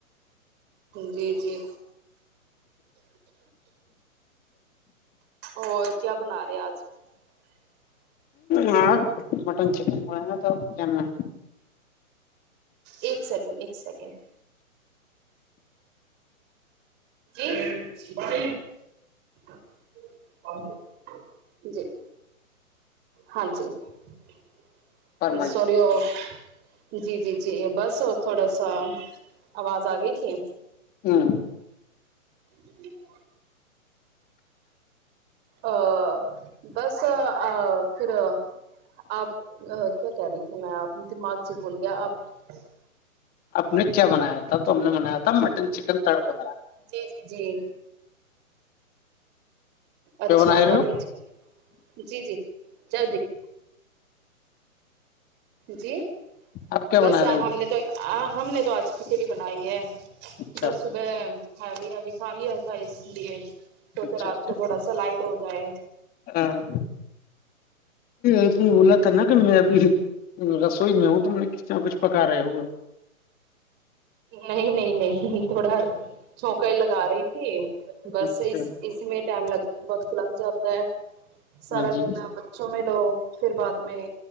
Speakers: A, on the right; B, on the left.
A: جی جی اور کیا بنا رہے آج <unintelligible>
B: ہاں مٹن چکن ب گا تواننا
A: ایک سیکنڈ ایک سیکنڈ <inaudible> ج بت <inaudible> اور جی <inaudible> ہاں جی <unintelligible>
B: فرمائیے
A: سورو <inaudible> جی جی جی بس <unintelligible> تھوڑا سا آواز آ گئی تھی <unintelligible>
B: ہوں
A: جی <inaudible> ا <inaudible> بس پھر آپ <unintelligible> کیا کہہ رہی تھی میں آپ دماغ سے بول گیا آپ <unintelligible>
B: آپ نے کیا بنایا تھا تو ہم نے بنایا تھا <unintelligible> متب مٹن چکن تڑغنا
A: جی جی جی اچھا
B: بنا رہے
A: مٹن
B: ہو
A: چکن جی جی <unintelligible> جلدی <inaudible> جی <inaudible>
B: آپ کیا
A: بس
B: بنا رہے ہو
A: ہم نے تو ہم نے تو آج <unintelligible> کچ <inaudible> بنائیے
B: اچھا
A: بس صبح <unintelligible> ہ بھی ابھی خالی تھا اس لیے تو
B: اچھا
A: تو رات
B: اچھا
A: کو تھوڑا سا لائٹ ہوتا بائ
B: ہاں اس میں بولا تھا نا کہ میںبھی رسوئی میں ہوں تو میں نے کس طرح کچھ پکا رہا ہوگا
A: نہیں نہیں نہیں تھوڑا سوکائی لگا رہی تھی بس
B: اچھا
A: اس اس میں ٹائم لگ وقت لگ جاتا ہے سارا
B: ہاں جی
A: دن بچوں میں لو پھر بعد میں